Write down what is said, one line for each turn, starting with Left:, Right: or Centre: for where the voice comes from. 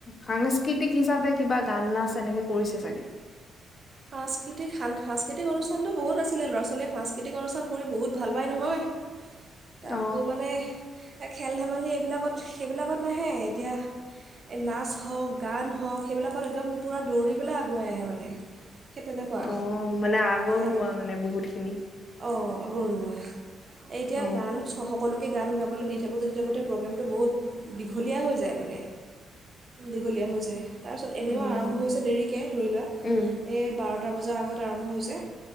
Left: সাংস্কৃতিক হিচাপে কিবা গান নাচ এনেকে কৰিছে চাগে
Right: সাংস্কৃতিক সান সাংস্কৃতিক অনুষ্ঠানটো বহুত আছিলে ল'ৰা ছোৱালীয়ে সাংস্কৃতিক অনুষ্ঠান কৰি বহুত ভাল পায় নহয় তাকো
Left: অ
Right: মানে খেল এ খেল ধেমালি এইবিলাকত সেইবিলাকত নাহে এতিয়া নাচ হওঁক গান হওঁক সেইবিলাকত একদম পূৰা দৌৰি পেলাই আগুৱাই আহে মানে সেই তেনেকুৱা
Left: অ মানে আগৰনুৱোৱা
Right: তাৰ
Left: মানে বহুত খিনি
Right: অঁ আকৌ নোজোৱা এতিয়া
Left: অ
Right: গান স সকলো সেই গান গাবলৈ দি থাকোঁতে দি থাকোঁতে প্ৰগ্ৰেমটো বহুত দীঘলীয়া হৈ যায় মানে দীঘলীয়া হৈ যায় তাৰপিছত এনেও
Left: উম
Right: আৰম্ভ হৈছে দেৰিকৈ ধৰি লোৱা
Left: উম
Right: এই বাৰটা বজাৰ আগত আৰম্ভ হৈছে